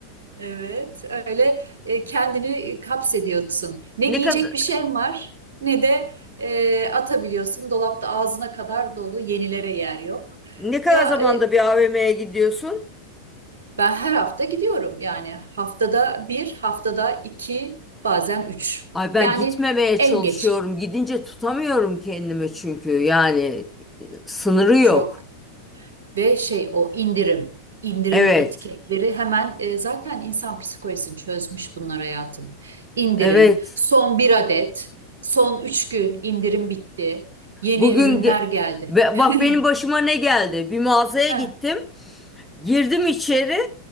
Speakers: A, on the right (about 65°); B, in the centre.
A: Evet, öyle e, kendini e, kapsediyorsun. Ne
B: Ne
A: giyecek
B: kadar
A: bir şeyin var, ne de e, atabiliyorsun. Dolapta ağzına kadar dolu, yenilere yer yok.
B: ne kadar
A: Ya
B: zamanda
A: e,
B: bir AVM'ye gidiyorsun?
A: ben her hafta gidiyorum. Yani haftada bir, haftada iki, bazen üç.
B: Ay ben
A: Yani
B: gitmemeye
A: en
B: çalışıyorum.
A: geç
B: Gidince tutamıyorum kendimi çünkü. Yani sınırı yok.
A: çok. Ve şey o indirim, indirim
B: Evet,
A: etiketleri hemen e, zaten insan psikolojisini çözmüş bunlar hayatım. İndirim,
B: evet.
A: son bir adet, son üç gün indirim bitti, yeni
B: Bugün
A: ürünler
B: ge-
A: geldi.
B: Be-
A: <laughs>
B: bak benim başıma ne geldi? Bir mağazaya
A: Heh.
B: gittim. Girdim içeri.